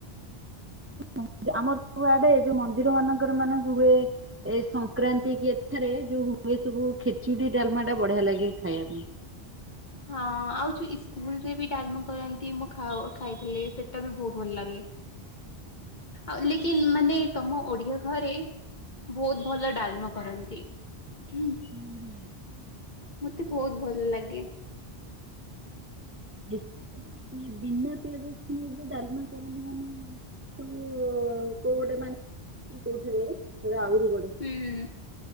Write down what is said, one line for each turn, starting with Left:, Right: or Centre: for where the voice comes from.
Right: ମ ଆମର୍ ରୁଆଡେ ଯୋଉ ମନ୍ଦିର ମାନଙ୍କରେ ମାନ ହୁଏ। ଏ ସଂକ୍ରାନ୍ତି କି ଏଠାରେ ଯୋଉ ହୁଏ ସବୁ ଖିଚୁଡି ଡାଲମା ଟା ବଢିଆ ଲାଗେ ଖାଇବା ପାଇଁ।
Left: ହଁ ଆଉ ଯୋଉ ଇସ୍କୁଲରେ ବି ଡାଲମା କରନ୍ତି ମୁଁ ଖାଉ ଖାଇଥିଲି ସେଟା ବି ବହୁତ ଭଲ ଲାଗେ। ଆଉ ଲେକିନ୍ ମାନେ ତମ ଓଡିଆ ଘରେ ବହୁତ ଭଲ ଡାଲ୍ମ କରନ୍ତି। ଉଁ
Right: ହୁଁ ହୁଁ।
Left: ମତେ ବହୁତ ଭଲ ଲାଗେ।
Right: ଦିଖ୍ ଯ ବିନା ପିଆଜାସୁନ ରେ ଯୋଉ ଡାଲମା କରନ୍ତି ମାନେ ତୁ କୋଉ ଗୋଟେ ମାନେ କୋଉଥିରେ ସେଆହୁରି
Left: ଉଁ